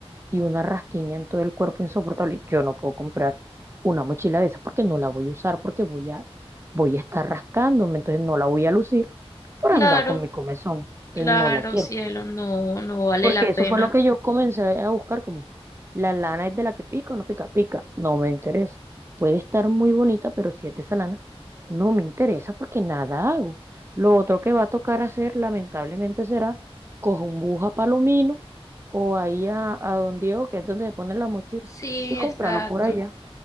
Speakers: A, on the right; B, on the left.
A: y una rasquiña en todo el cuerpo insoportable. Yo no puedo comprar una mochila de esas porque no la voy a usar, porque voy a, voy a estar rascándome, entonces no la voy a lucir por
B: Claro.
A: andar con mi comezón. Entonces
B: Claro,
A: no la quiero.
B: cielo, no, no vale
A: Porque
B: la
A: eso
B: pena.
A: fue lo que yo comencé a buscar, como la lana es de la que pica o no pica, pica, no me interesa. Puede estar muy bonita, pero si es de esa lana, no me interesa porque nada hago. Lo otro que va a tocar hacer, lamentablemente, será cojo un bus a Palomino o ahí a, a Don Diego, que es donde se ponen las mochilas,
B: Sí,
A: y comprarlo
B: exacto.
A: por allá.